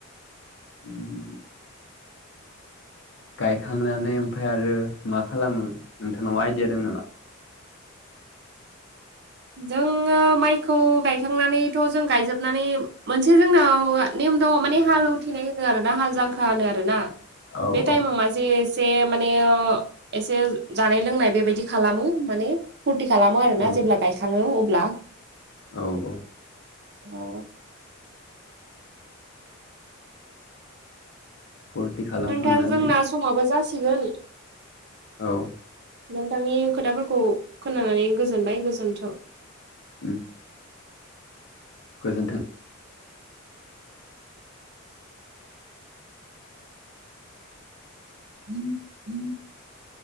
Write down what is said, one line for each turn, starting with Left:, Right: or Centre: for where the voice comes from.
Left: उम गायखांनानै ओमफ्राय आरो मा खालामो नोंथांनाव आइडिया दं नामा?
Right: जोङो माइखौ गायखांनानैथ' जों गायजोबनानै मोनसे जोंनाव ने नेम दङ माने हाल उथिनाय होनो आरो ना हाल जांख्रा होनो आरोना।
Left: औ
Right: बे टाइमाव
Left: औ
Right: मा जे एसे माने एसे जानाय लोंनाय बेबायदि खालामो माने। फुरथि खालामो आरोना
Left: औ
Right: जेब्ला गायखाङो अब्ला।
Left: औ औ
Right: औ
Left: फुरथि खालामखांनानै
Right: नोंथां जोंना समाबो जासिगोन।
Left: औ
Right: नोंथांनि खोथाफोरखौ खोनानानै गोजोनबाय गोजोनथों।
Left: उम गोजोन्थों।
Right: <inaudible>